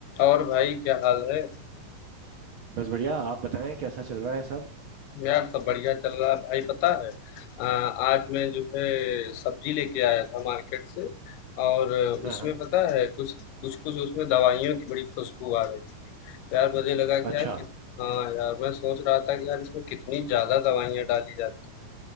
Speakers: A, on the left; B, on the right.
A: और भाई क्या हाल है?
B: बस बढ़िया आप बताएं कैसा चल रहा है सब
A: यार सब बढ़िया चल रहा है भाई पता है आ, आज मैं जो है सब्जी लेके आया था मार्केट से और
B: हाँ
A: उसमें
B: हाँ
A: पता है कुछ कुछ कुछ उसमें दवाइयों की बड़ी खुशबू आ रही थी तो यार मुझे लगा कि
B: अच्छा
A: यार कित हाँ यार मैं सोच रहा था कि यार इसमें कितनी ज़्यादा दवाइयाँ डाली जाती हैं